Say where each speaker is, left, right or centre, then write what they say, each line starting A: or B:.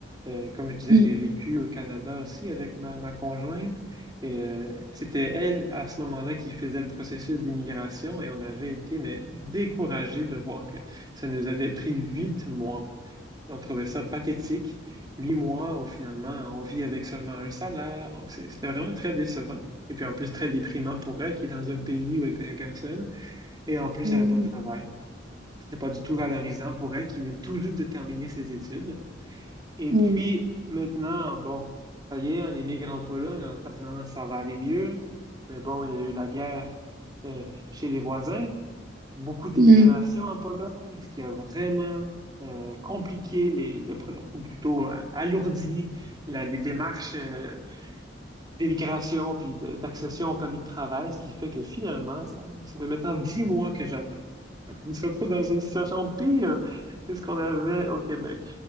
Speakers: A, on the right; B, on the right.
A: Euh, comme je disais,
B: Mhm.
A: j'ai vécu au Canada aussi avec ma, ma conjointe. Et euh, c'était elle, à ce moment-là, qui faisait le processus d'immigration. Et on avait été mais, découragés de voir que ça nous avait pris huit mois. On trouvait ça pathétique. Huit mois où finalement on vit avec seulement un salaire. Donc c'est- c'était vraiment très décevant. Et puis en plus très déprimant pour elle qui est dans un pays où elle connaît personne. Et en plus
B: Mhm.
A: elle n'avait pas de travail. C'était pas du tout valorisant pour elle qui vient tout juste de terminer ses études. Et
B: Mhm.
A: puis maintenant, bon, ça y est, on émigre en Pologne en se disant ça va aller mieux. Mais bon, il y a eu la guerre euh, chez les voisins beaucoup d'immigration
B: Mhm.
A: en Pologne, ce qui a vraiment euh, compliqué les, le pro- ou plutôt euh, alourdi la- les démarches euh, d'immigration puis de- d'accession au permis de travail, ce qui fait que finalement, ça, ça fait maintenant dix mois que j'attends. Donc, on se retrouve dans une situation pire que ce qu'on avait au Québec.